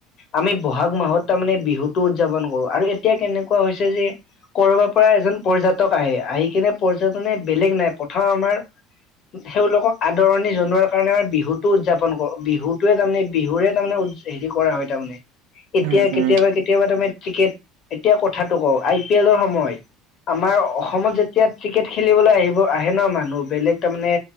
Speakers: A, on the left (about 45°); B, on the right (about 75°).
A: আমি বহাগ মাহত তাৰমানে বিহুটো উদযাপন আৰু এতিয়া কেনেকুৱা হৈছে যে কৰবাৰ পৰা এজন পৰ্যটক আহে আহি কিনে পৰ্যটনে বেলেগ নাই প্ৰথম আমাৰ তেওঁলোকক আদৰণি জনোৱাৰ কাৰণে আমাৰ বিহুটো উদযাপন কৰো বিহুতোৱে তাৰমানে বিহুৰে তাৰমানে উ হেৰি কৰা হয় তাৰমানে। এতিয়া
B: উম উম
A: কেতিয়াবা-কেতিয়াবা
B: উম
A: তাৰমানে ক্ৰিকেট এতিয়া কথাটো কওঁ, আই পি এলৰ সময়ত আমাৰ অসমত যেতিয়া ক্ৰিকেট খে খেলিবলৈ আহিব আহে ন মানুহ বেলেগ তাৰমানে